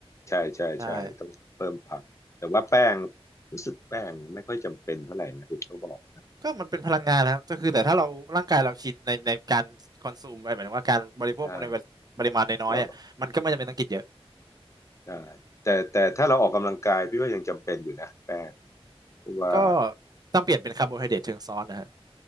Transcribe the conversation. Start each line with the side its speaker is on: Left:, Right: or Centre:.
Left: ใช่ใช่ใช่ต้องเพิ่มผักแต่ว่าแป้ง
Right: ใช่
Left: รู้สึกแป้งไม่ค่อยจำเป็นเท่าไหร่นะเห็นเขาบอก
Right: ก็มันเป็นพลังงานนะครับก็คือแต่ถ้าเราร่างกายเราชินในในการคอนซูมหมายถึงว่าการบริโภคใน
Left: อ่า
Right: ปริมาณน้อยๆอ่ะมันก็ไม่จำเป็นต้องกินเยอะ
Left: เราใช่แต่แต่ถ้าเราออกกำลังกายพี่ว่ายังจำเป็นอยู่นะแป้งเพราะว่า
Right: ก็ต้องเปลี่ยนเป็นคาร์โบไฮเดรตเชิงซ้อนนะฮะ